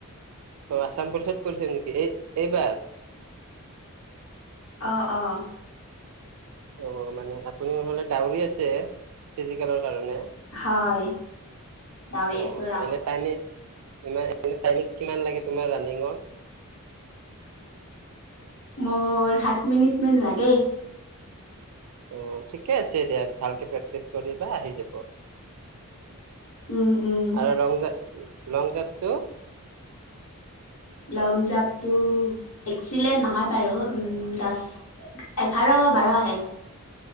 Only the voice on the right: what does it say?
অ আছাম পুলিচত কৰিছা নেকি? এই এইবাৰ?
অ মানে আপুনি নহলে ডাউৰি আছে? ফিজিকেলৰ কাৰণে।
অ
এনে টাইমি এনে টাইমিং কিমান লাগে তোমাৰ ৰানিঙৰ?
অ ঠিক ঠিকে আছে দিয়া ভালকে প্ৰেক্টিচ কৰিবা আহি যাব।
আৰু লং জাপ লং জাপটো?